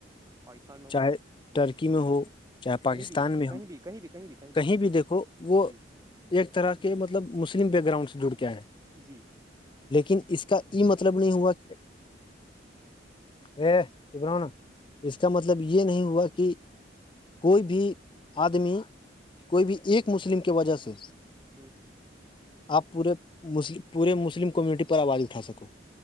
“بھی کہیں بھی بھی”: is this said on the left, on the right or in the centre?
Right